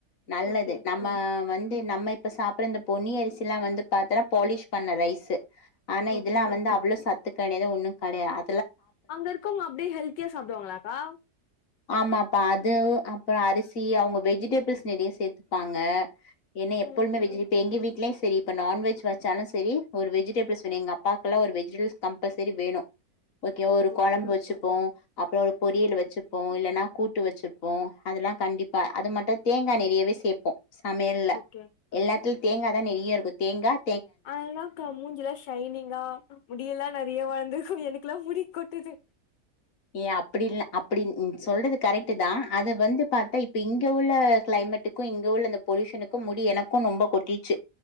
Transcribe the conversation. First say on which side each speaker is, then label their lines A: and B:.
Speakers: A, on the left (about 50°); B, on the left (about 80°).
A: நல்லது
B: ஓகே
A: நம்ம வந்து நம்ம இப்ப சாப்பிடற இந்த பொன்னி அரிசி எல்லாம் வந்து பாத்தன்னா பாலிஷ் பண்ண ரைஸு ஆனா
B: ஓகே
A: இதெல்லாம் வந்து அவ்வளவு ச சத்து கிடையாது ஒன்னும் கிடையாது
B: அங்க இருக்கவங்க அப்படியே ஹெல்த்தியா சாப்பிடுவாங்களாக்கா
A: ஆமாப்பா அது அப்புறம் அரிசி அவங்க வெஜிடபிள்ஸ் நிறைய சேர்த்துப்பாங்க என்னை எப்போழுமே
B: ம்
A: வெஜி எங்க வீட்லயும் சரி இப்ப நான்வெஜ் வச்சாலும் சரி ஒரு வெஜிடபிள்ஸ் வேணும் எங்க அப்பாெல்லாம் ஒரு வெஜிடபிள்ஸ் கம்பல்சரி வேணும் ஓகே ஒரு
B: ஓகே
A: குழம்பு வச்சுப்போம் அப்புறம் ஒரு பொரியல் வச்சுப்போம் இல்லைன்னா கூட்டு வச்சுப்போம் அதெல்லாம் கண்டிப்பா அது மட்டும் தேங்காய் நெறையவே சேப்போம் சமயல்ல
B: ஓகே
A: எல்லாத்த தேங்காய் தான் நிறைய இருக்கும் தேங்காய்
B: அதெல்லாம் க மூஞ்சு எல்லாம் ஷைனிங்கா முடியல்லாம் நிறைய வளந்திருக்கும் எனக்கு எனக்கெல்லாம் முடி கொட்டது
A: ஏ அப்படி அப்படி சொல்றது கரெக்ட் தான் அது வந்து பார்த்தா இப்ப இங்க உள்ள கிளைமேட்டுக்கும் இங்க உள்ள அ பொல்யூஷனுக்கும் முடி எனக்கும் ரொம்ப கொட்டிச்சு